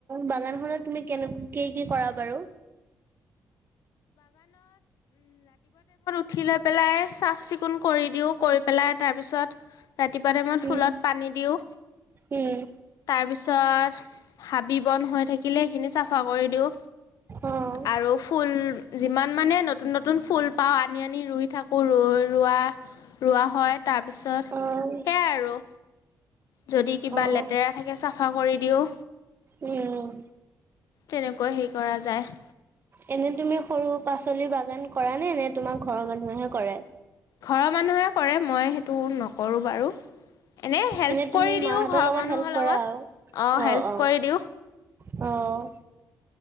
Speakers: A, on the right; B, on the left.
A: বাগানখনত তুমি কেনে, কি কি কৰা বাৰু
B: উঠিপেলাই চাফ চিকুণ, চিকুণ কৰি দিও কৰি পেলাই তাৰ পিছত ৰাতিপুৱা টাইমত
A: উম
B: ফুলত পানী দিওঁ
A: উম
B: তাৰপিছত হাবি বন্ধ হৈ থাকে। আকিলে সেইখিনি চাফা কৰি দিওঁ
A: অ
B: আৰু ফুল, যিমান মানে নতুন নতুন ফুল পাওঁ আনি আনি ৰুই থাকোঁ ৰোৱা ৰোৱা হয় তাৰপিছত
A: অ',
B: সেয়াই আৰু যদি কিবা
A: অ',
B: লেতেৰা থাকে চাফা কৰি দিওঁ
A: উম।
B: তেনেকৈ হেৰি কৰা যায়।
A: এনে তুমি সৰু পাচলি বাগান কৰা নে নে তোমাৰ ঘৰৰ মানুহে কৰে।
B: ঘৰৰ মানুহে কৰে মই সেইটো নকৰোঁ বাৰু এনেই হেল্প
A: এনে তুমি
B: কৰি দিওঁ
A: মাহঁতৰ
B: ঘৰৰ
A: লগত
B: মানুহৰ
A: হেল্প কৰা
B: লগত
A: আৰু।
B: অঁ হেল্প
A: অ', অ',
B: কৰি দিওঁ।
A: অ'